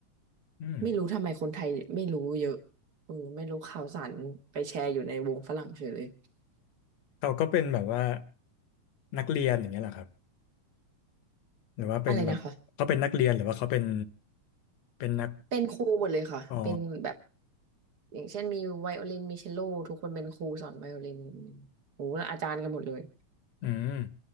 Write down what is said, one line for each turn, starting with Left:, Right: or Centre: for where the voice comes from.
Left: อืม
Right: ไม่รู้ทำไมคนไทยไม่รู้เยอะเออไม่รู้ข่าวสารไปแชร์อยู่ในวงฝรั่งเฉยเลย
Left: เขาก็เป็นแบบว่านักเรียนอย่างเงี้ยเหรอครับ หรือว่าเป็นแบบเขาเป็นนักเรียนหรือว่าเขาเป็น
Right: อะไรนะคะ
Left: เป็นนัก
Right: เป็นครูหมดเลยค่ะเป็นแบบ
Left: อ๋อ
Right: อย่างเช่นมีไวโอลินมีเชลโลทุกคนเป็นครูสอนไวโอลินโอ้โหแล้วอาจารย์กันหมดเลย
Left: อืม